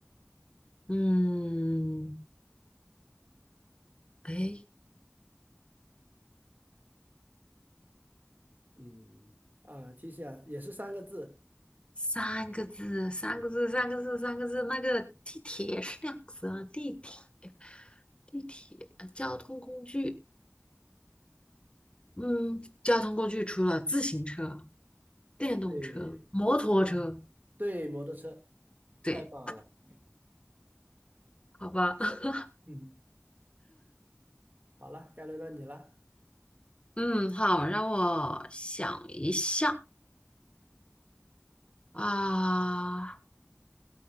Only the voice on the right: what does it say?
嗯啊，提醒啊，也是三个字，
对，
啊，对，摩托车，
太棒了，
嗯，好了，该轮到你了，